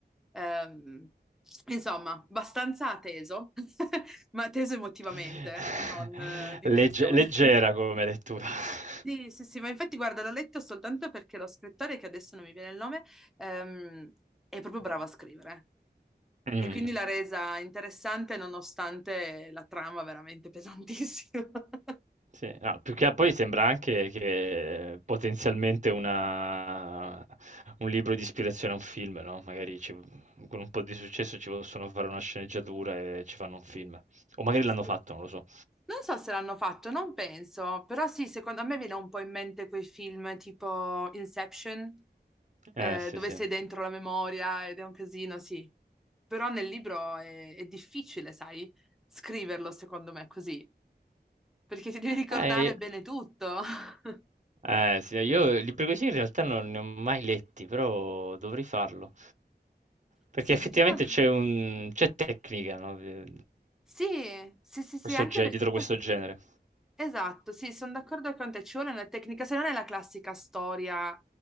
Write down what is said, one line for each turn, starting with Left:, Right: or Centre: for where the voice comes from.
Centre: Ehm, insomma, abbastanza teso, <laughs> ma teso emotivamente,
Right: <laughs>
Centre: non eh, di
Right: Legge
Centre: tensione.
Right: leggera come lettura. <laughs>
Centre: Sì, sì, sì, ma infatti guarda, l'ho letto soltanto perché lo scrittore, che adesso non mi viene il nome, ehm, è proprio bravo a scrivere
Right: Mh.
Centre: e quindi l'ha resa interessante nonostante la trama veramente pesantissima. <laughs>
Right: Sì, no, più che a poi sembra anche che potenzialmente una un libro di ispirazione a un film, no, magari ci mhmm, con un po' di successo ci possono fare una sceneggiatura e ci fanno un film. O magari
Centre: Sì.
Right: l'hanno fatto, non lo so.
Centre: Non so se l'hanno fatto, non penso, però sì, secondo me viene un po' in mente quei film tipo Inception,
Right: Eh,
Centre: eh,
Right: sì,
Centre: dove
Right: sì.
Centre: sei dentro la memoria ed è un casino, sì. Però nel libro è, è difficile, sai, scriverlo secondo me così. perché ti devi ricordare
Right: Eh, io-
Centre: bene tutto. <laughs>
Right: eh, sì, io libri così in realtà non ne ho mai letti, però dovrei farlo. Perché
Centre: Sì,
Right: effettivamente
Centre: diciamo...
Right: c'è un... c'è tecnica, no? Eh,
Centre: Sì, sì, sì, sì,
Right: questo
Centre: anche
Right: ge-
Centre: perché
Right: dietro
Centre: poi...
Right: questo genere.
Centre: Esatto, sì, sono d'accordo con te, ci vuole una tecnica, se non è la classica storia